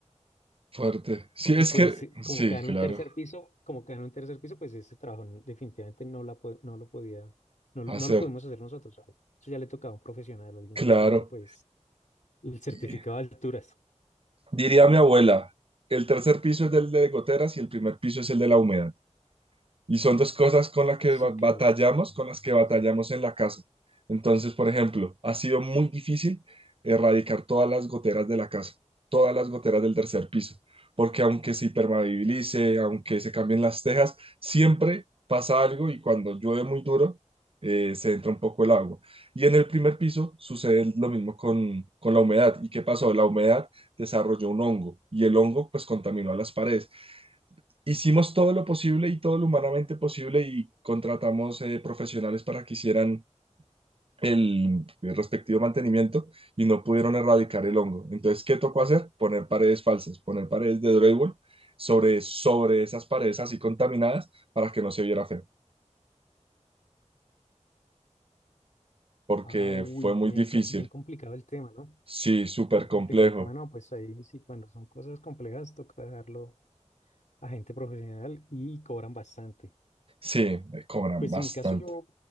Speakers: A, on the right; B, on the left.
A: Fuerte. Sí,
B: Y
A: es
B: pues
A: que,
B: eh,
A: sí,
B: como queda en
A: claro,
B: un tercer piso, como queda en un tercer piso, pues ese trabajo n- definitivamente no, la, po- no lo podía, no, lo-
A: hacer,
B: no lo pudimos hacer nosotros. o sea, Eso ya le tocaba a un profesional, alguien
A: claro.
B: que tuviera pues el certificado
A: Y
B: de alturas.
A: diría mi abuela, el tercer piso es el de goteras y el primer piso es el de la humedad. Y son dos cosas con las que
B: Sí,
A: ba-
B: claro,
A: batallamos,
B: sí.
A: con las que batallamos
B: Ujú, Sí.
A: en la casa. Entonces, por ejemplo, ha sido muy difícil erradicar todas las goteras de la casa, todas las goteras del tercer piso, porque aunque se impermeabilice, aunque se cambien las tejas, siempre pasa algo y cuando llueve muy duro, eh, se entra un poco el agua. Y en el primer piso sucede lo mismo con, con la humedad. ¿Y qué pasó? La humedad desarrolló un hongo y el hongo pues contaminó a las paredes hicimos todo lo posible y todo lo humanamente posible y contratamos eh, profesionales para que hicieran el, el respectivo mantenimiento y no pudieron erradicar el hongo. Entonces, ¿qué tocó hacer? Poner paredes falsas, poner paredes de drywall sobre, sobre esas paredes así contaminadas para que no se viera feo, porque
B: Ah, uy,
A: fue
B: bien,
A: muy difícil.
B: co- bien complicado el tema, ¿no?
A: Sí, súper
B: Bien complicado
A: complejo.
B: el tema, no, pues ahí sí, cuando son cosas complejas, toca dejarlo a gente profesional y cobran bastante.
A: Sí, me cobran
B: Pues
A: bastante.
B: en mi caso yo,